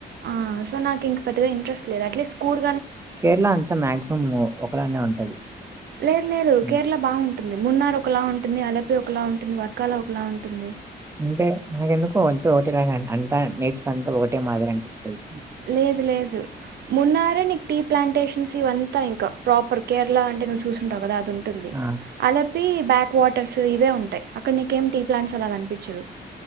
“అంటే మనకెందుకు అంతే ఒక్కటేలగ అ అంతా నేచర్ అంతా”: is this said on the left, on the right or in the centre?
Right